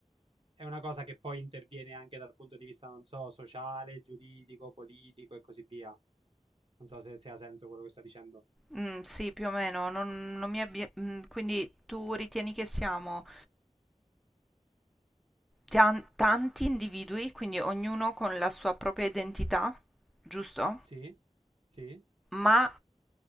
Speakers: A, on the right (about 50°); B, in the centre.
A: è una cosa che poi interviene anche dal punto di vista, non so, sociale, giuridico, politico e così via. Non so se, se ha senso quello che sto dicendo.
B: Mm, sì, più o meno, non, non mi abbia- mm, quindi tu ritieni che siamo Tan- tanti individui, quindi ognuno con la sua propria identità, giusto?
A: Sì? Sì?
B: Ma